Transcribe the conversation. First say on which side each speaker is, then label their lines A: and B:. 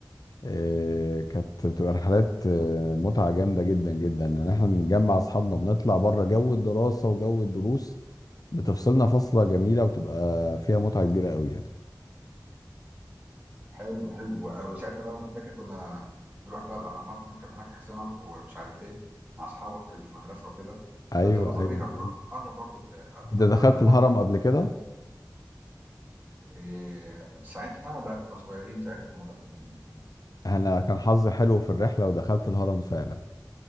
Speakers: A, on the left (about 55°); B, on the right (about 25°).
A: إيه، كانت بتبقى رحلات إيه، متعة جامدة جدا جدا إن احنا بنجمع أصحابنا بنطلع بره جو الدراسة وجو الدروس بتفصلنا فصلة جميلة وبتبقى فيها متعة كبيرة قوي يعني
B: حلو حلو آه، وساعتها بقى وانت فاكر كنا نروح بقى الاهرامات نركب هناك حصينه ومش عارف ايه مع اصحابك اللي في المدرسه وكده
A: أيوه
B: فبتبقى ظريفه
A: أيوه
B: بتقرب بتقرب برضو
A: أنت
B: الاولاد
A: دخلت
B: من بعض
A: الهرم
B: يعني
A: قبل كده
B: إيه ساعتها لا كنا صغيرين ساعتها فما دخلناش يعني.
A: أنا كان حظي حلو في الرحلة ودخلت الهرم فعلا